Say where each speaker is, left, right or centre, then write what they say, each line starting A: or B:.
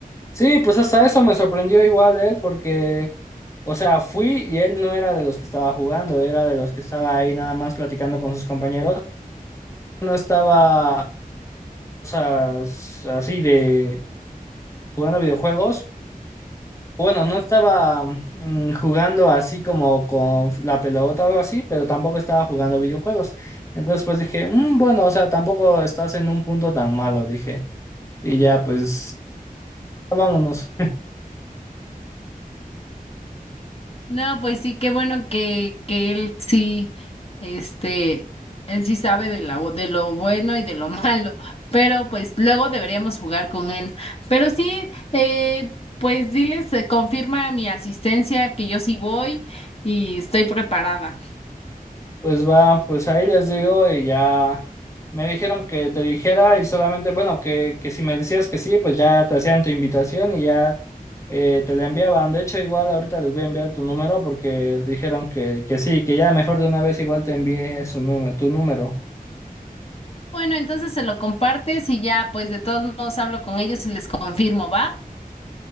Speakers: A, on the left (about 20°); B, on the left (about 40°).
A: Sí, pues hasta eso me sorprendió igual él, porque, o sea, fui y él no era de los que estaba jugando, era de los que estaba ahí nada más platicando con sus compañeros, no estaba, o sea, s- así de jugando videojuegos. Bueno, no estaba mm, jugando así como con la pelota o algo así, pero tampoco estaba jugando videojuegos. Entonces pues dije, "Mm, bueno, o sea, tampoco estás en un punto tan malo, dije. Y ya pues, vámonos.
B: No, pues sí, qué bueno que, que él sí, este, él sí sabe de la, de lo bueno y de lo <laughs> malo, pero pues luego deberíamos jugar con él. Pero sí, eh, pues diles, eh, confirma mi asistencia, que yo sí voy y estoy preparada.
A: Pues va, pues ahí les digo y ya me dijeron que te dijera y solamente, bueno, que, que si me decías que sí, pues ya te hacían tu invitación y ya eh, te la enviaban. De hecho, igual ahorita les voy a enviar tu número porque dijeron que, que sí, que ya mejor de una vez igual te envié su número, tu número.
B: Bueno, entonces se lo compartes y ya, pues de todos modos hablo con ellos y les confirmo, ¿va?